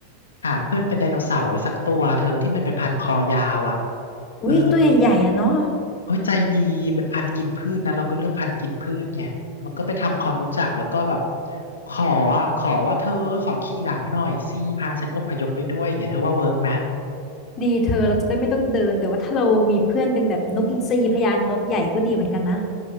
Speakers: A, on the left; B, on the left.
A: หาเพื่อนเป็นไดโนเสาร์ไว้สักตัวเธอที่มันเป็นพันคอยาวอ่ะ
B: อุ้ยตัวใหญ่ๆอ่ะเนาะ
A: เออโอ้ยใจดีเป็นพันธุ์กินพืชนะเราก็เลือกพันธุ์กินพืชไงมันก็ไปทำความรู้จักแล้วก็แบบขออ่ะขอว่าเธอขอขี่หลังหน่อยสิพาฉันอพยพไปด้วยอย่างเงี้ยเธอว่าเวิร์กไหม
B: ดีเธอเราจะได้ไม่ต้องเดินแต่ว่าถ้าเรามีเพื่อนเป็นแบบนกอินทรีพญานกใหญ่ก็ดีเหมือนกันนะ